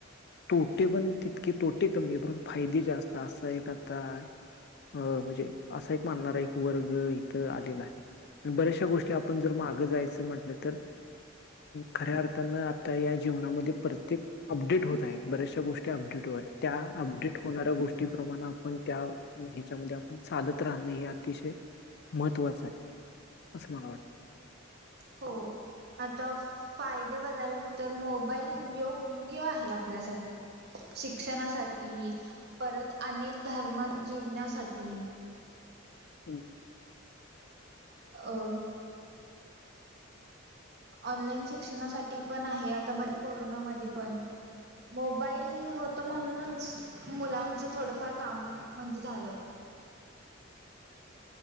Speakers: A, on the left; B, on the right.
A: तोटे पण तितके तोटे कमी आहे प ण फायदे जास्त असं आहे आता अ म्हणजे असा एक मानणारा एक वर्ग इथं आलेला आहे. बऱ्याचशा गोष्टी आपण जर मागं जायचं म्हटलं तर खऱ्या अर्थानं आता या जीवनामध्ये प्रत्येक अपडेट होत आहे. बऱ्याचशा गोष्टी अपडेट होतय त्या अपडेट होणाऱ्या गोष्टीप्रमाणे आपण त्या ह्याच्यामध्ये आपण चालत राहणें हे अतिशय महत्त्वाचं आहे असं मला वाटत.
B: हो आता फायदे बघायलाग तर मोबाईल योग योग्य आहे आपल्यासाठी शिक्षणासाठी परत अनेक धर्म जीण्यासाठी.
A: हं.
B: अ ऑनलाईन शिक्षणासाठी पण आहे आता मध्ये कोरोनामध्ये पण मोबाईल तर म्हणूनच मुलांचं थोडंफार काम म्हणजे झालं.